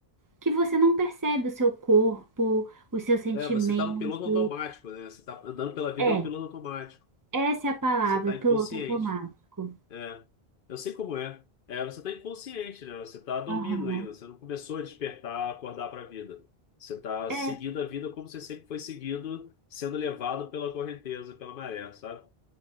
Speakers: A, on the right (about 20°); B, on the left (about 60°).
A: que você não percebe o seu corpo, o seu sentimento.
B: É, você tá no piloto automático, né? Você tá andando pela vida
A: É,
B: no piloto automático.
A: essa é a palavra,
B: Você tá
A: piloto
B: inconsciente.
A: automático.
B: É, eu sei como é. É, você tá inconsciente, né? Você tá dormindo
A: Aham.
B: ainda, você não começou a despertar, acordar para a vida. Você tá seguindo
A: É,
B: a vida como você sempre foi seguindo, sendo levado pela correnteza, pela maré, sabe?